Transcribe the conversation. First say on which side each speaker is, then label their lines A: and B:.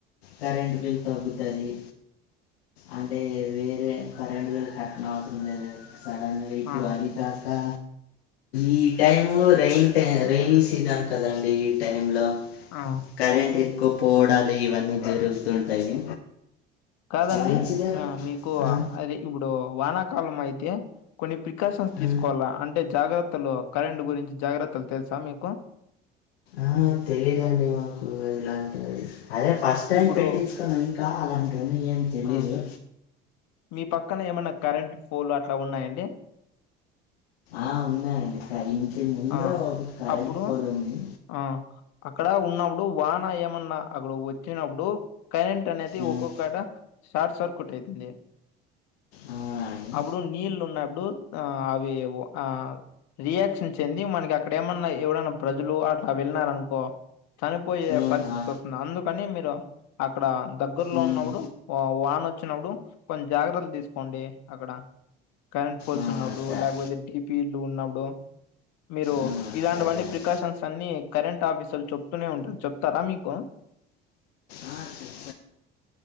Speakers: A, on the left (about 80°); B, on the left (about 65°).
A: కరెంట్ బిల్ తగ్గుతదీ
B: ఉమ్,
A: అంటే వేరే కరెంట్ బిల్ కట్నవసరం లేదు సడన్ గ ఇప్పుడు
B: ఆ,
A: అది రాకా ఈ టైమ్లో రైన్ టై రెైనింగ్ సీజన్ కదండీ ఈ టైం లో
B: ఆ,
A: కరెంట్ ఎక్కు పోడాలు ఇవన్నీ జరుగుతుంటాయి
B: కాదండీ
A: మంచిగా
B: మ్ మీకూ
A: ఆ,
B: అదే ఇప్పుడూ వానాకాలం అయితే కొన్ని పిక్ ప్రికాషన్స్
A: ఆ,
B: తీసుకోవాలా అంటే జాగ్రత్తలు కరెంట్ గురించి జాగ్రత్తల్ తెలుసా మీకు
A: ఆ తెలీదండీ మాకూ ఇలాంటివీ అదే ఫస్ట్ టైం
B: ఇప్పుడు
A: పెట్టిచ్కున్నం కా అలాంటివన్నీ ఏం తెలీదు
B: ఆ మీ పక్కన ఏమన్నా కరెంట్ పోలు అట్లా ఉన్నాయండి
A: ఆ ఉన్నాయండి కరింటి ముందూ
B: ఆ
A: ఒక కరెంట్
B: అప్పుడు
A: పోల్ ఉంది
B: ఆ అక్కడ ఉన్నబుడు వాన ఏమన్నా అక్కడ్ వచ్చినప్పుడు కరెంట్ అనేది
A: ఉమ్,
B: ఒక్కొక్కట షార్ట్ సర్క్యూట్ ఐతుంది
A: ఆ, అండి
B: అప్పుడు నీళ్ళున్నబ్డూ ఆ అవీ ఒ ఆ రియాక్షన్ చెంది మనకి అక్కడ ఏమన్నా ఎవడన్న ప్రజలూ అట్లా వెళ్ళినారనుకో చనిపోయే
A: ఉమ్,
B: పరిస్థితొస్తుంద్
A: ఆ,
B: అందుకనీ మీరు అక్కడ దగ్గర్లో
A: ఉమ్,
B: ఉన్నప్పుడు వానొచ్చినప్పుడు కొన్ జాగ్రల్ దీస్కోండి అక్కడ కరెంట్ ఫోల్స్
A: ఆ,
B: ఉన్నబ్డూ
A: సరే
B: ల్యాక్బోతే డీ పీ లు ఉన్నప్పుడు మీరూ
A: ఉమ్,
B: ఇలాంటివన్నీ
A: సరే అండి
B: ప్రికాషన్స్ అన్నీ కరెంట్ ఆఫీసర్లు చెప్తూనే ఉంటారు చెప్తారా మీకు
A: ఆ చెప్